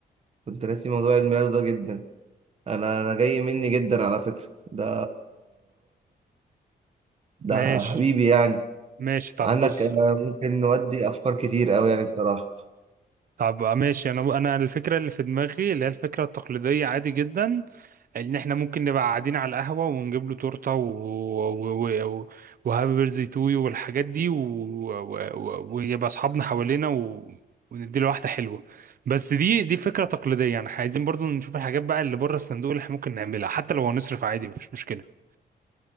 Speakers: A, on the right; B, on the right.
A: كنت ناسي موضوع عيد ميلاده ده جدا انا انا جاي مني جدا على فكرة ده ده
B: ماشي
A: حبيبي يعني
B: ماشي طب
A: عندك
B: بص
A: آه، ممكن نودي افكار كتير قوي يعني بصراحة
B: طب ماشي انا انا الفكره اللي في دماغي اللي هي الفكره التقليديه عادي جدا ان احنا ممكن نبقى قاعدين على القهوه ونجيب له تورته و... و... و... و... وهابي بيرثدي تو يو والحاجات دي و... و... و... ويبقى اصحابنا حوالينا و... ونديله واحده حلوه بس دي دي فكره تقليديه يعني إحنا عايزين برضو نشوف الحاجات بقى اللي بره الصندوق اللي احنا ممكن نعملها حتى لو هنصرف عادي مفيش مشكله